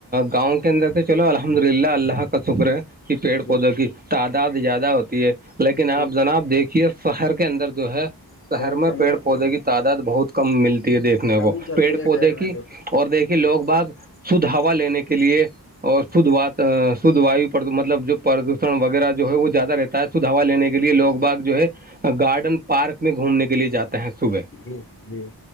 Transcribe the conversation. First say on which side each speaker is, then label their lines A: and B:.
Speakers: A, on the right (about 25°); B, on the left (about 30°).
A: گاؤں کے اندر تو چلو الحمد للہ اللہ کا شکر ہے پیڑ
B: جی
A: پودوں کی تعداد زیادہ ہوتی ہے لیکن آپ
B: جی
A: جناب دیکھیے فہر کے اندر جو ہے شہر
B: سر
A: میں
B: کے
A: پیڑ
B: مر
A: پودے
B: تو <unintelligible>
A: کی تعداد بہت کم ملتی ہے دیکھنے
B: کمی
A: کو
B: چل
A: پیڑ
B: رہی ہے
A: پودے
B: شہر
A: کی
B: میں تو
A: اور دیکھیے لوگ باغ سدھ ہا لینے کے لیے اور شدھ و شدھ واو پر مطلب جو پردوشن وغیرہ جو ہے وہ زیادہ رہتا ہے سدوا لینے کے لیے لوگ باغ جو ہے گارڈن پارک میں گھومنے کے لیے جاتا ہیں صبح
B: جی جی